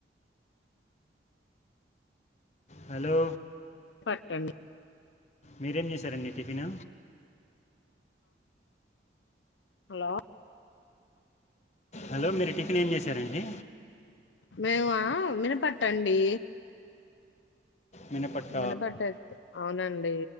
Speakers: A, on the left; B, on the left.
A: హలో
B: పట్టండి
A: మీరే ఏమ్, చేసారు అండి టిఫిన్,
B: హలో
A: హలో మీరు టిఫిన్ ఏం చేశారండి,
B: మేము వినప అట్టు అండి,
A: మినపట్ట
B: వినపట్టే అవునండి,